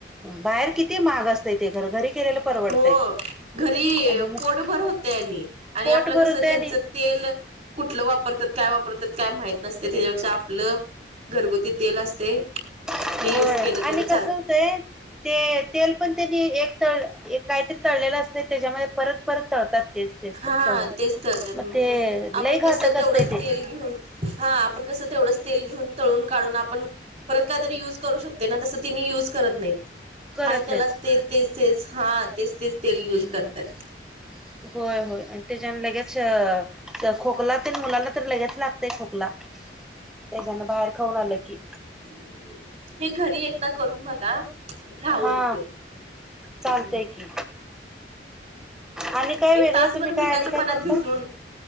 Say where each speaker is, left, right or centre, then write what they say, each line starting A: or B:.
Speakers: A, in the centre; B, on the right (about 40°).
A: बाहेर किती महाग असतय ते घर घरी केलेलं परवडतंय
B: हो घरी
A: आणि मग
B: पोटभर होतय आणि, आणि
A: पोट
B: आपलं
A: भरवतय
B: कसं त्यांच
A: आणि
B: तेल कुठलं वापरतात काय वापरतात काय माहत नसत त्याच्यापेक्षा आपलं घरगुती तेल असते
A: होय
B: ते युज केलं
A: आणि
B: तरी चालते.
A: कस होतंय ते तेल पण त्यांनी एक तळ काहीतरी तळलेलं असत त्याच्यामध्ये परत परत तळतात तेच तेच
B: हा
A: तळून
B: तेच तर
A: मग
B: म्हणून
A: ते
B: आपण
A: लई घातक
B: कसं
A: असतय
B: तेवढंच
A: ते
B: तेल घेऊन हा आपण कसं तेवढंच तेल घेऊन तळून काढून आपण परत काय तरी युज करू शकते ना तसं तेनि युज करत नाहीत.
A: करत
B: हाय त्यालाच
A: नाहीत
B: ते तेच तेच हा तेच तेच तेल
A: हम्म
B: यूज करत्यात.
A: होय होय आणि त्याच्यान लगेच खोकला ते मुलांना तर लगेच लागतय खोकला त्याच्यान बाहेर खाऊन आलं की
B: हम हे घरी एकदा करून बघा फ्लावरचं
A: हा चालतय
B: हम्म.
A: की आणि काय
B: एक
A: वेगळं
B: तासभर
A: तुम्ही काय
B: मिठाच्या
A: आणि काय
B: पाण्यात
A: करता.
B: भिजून